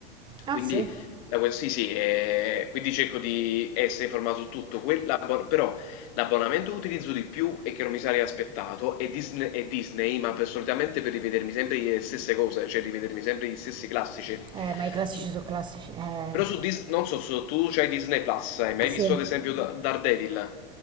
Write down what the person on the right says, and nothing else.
Ah,
sì?
Eh, ma i classici
sono classici. Eh,
sì.